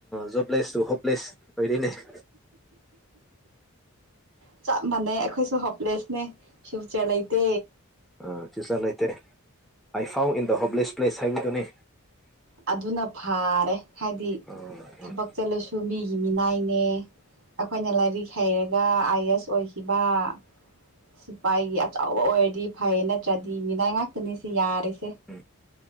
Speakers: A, in the centre; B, on the right.
A: ꯖꯣꯕꯂꯦꯁ ꯇ ꯍꯣꯞꯂꯦꯁ ꯑꯣꯏꯔꯤꯅꯦ <inaudible>
B: ꯆ ꯃ ꯍꯣ ꯄ꯭ꯂꯦꯁꯅꯦ ꯁꯤꯕ ꯆꯂꯥꯏꯇ
A: ꯑ ꯐ꯭ꯌꯨꯆꯔ ꯂꯩꯇꯦ ꯑꯥꯏ ꯐꯥꯎ ꯏꯟ ꯗ ꯍꯣꯞꯂꯦꯁ ꯄ꯭ꯂꯦꯁ ꯍꯥꯏꯕꯗꯨꯅꯤ
B: ꯑꯗꯨꯅ ꯐꯥꯔꯦ ꯍꯥꯏꯗꯤ
A: ꯑ ꯎꯝ
B: ꯊꯕꯛ ꯆꯠꯂꯁꯨ ꯃꯤꯒꯤ ꯃꯤꯅꯥꯏꯅꯦ ꯑꯩꯈꯣꯏꯅ ꯂꯥꯏꯔꯤꯛ ꯍꯩꯔꯒ ꯑꯥꯏ ꯑꯦꯁ ꯑꯣꯏꯈꯤ ꯁꯤꯄꯥꯏꯒꯤ ꯑꯆꯧꯕ ꯑꯣꯏꯔꯗꯤ ꯐꯩ ꯅꯠꯇ꯭ꯔꯗꯤ ꯃꯤꯅꯥꯏ ꯉꯥꯛꯇꯅꯤ ꯁꯤ ꯌꯥꯔꯤꯁꯦ
A: ꯎꯝ